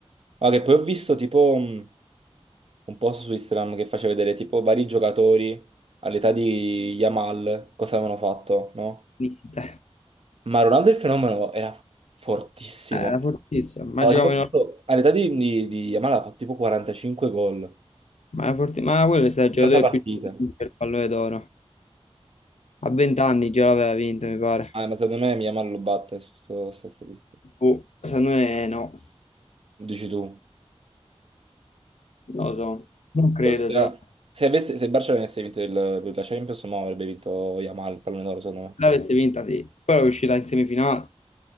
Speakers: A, on the right (about 60°); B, on the left (about 80°).
A: Ah, che poi ho visto tipo mh, un post su Instagram che faceva vedere tipo vari giocatori all'età di Yamal, cosa avevano fatto, no?
B: Niente.
A: Ma Ronaldo il fenomeno era fortissimo.
B: Eh, Era fortissimo. Ma
A: Aveva
B: giocava
A: tipo fatto,
B: in...
A: all'età di, di, di Yamal ha fatto tipo 45 gol,
B: Ma, era forti- ma quello è stato il
A: 70
B: giocatore
A: partite.
B: più giovane per il pallone d'oro. A 20 anni già l'aveva vinto, mi pare.
A: Ah, ma secondo me Yamal lo batte su questa statistica.
B: Boh, secondo me no.
A: Dici tu.
B: Non lo so. Non credo,
A: Ossia,
B: secondo me.
A: Se, avesse, se il Barcellona avesse vinto il- la Champions, no, avrebbe vinto Yamal, il pallone d'oro, secondo me.
B: l'avesse vinta, sì, però è uscita in semifinale.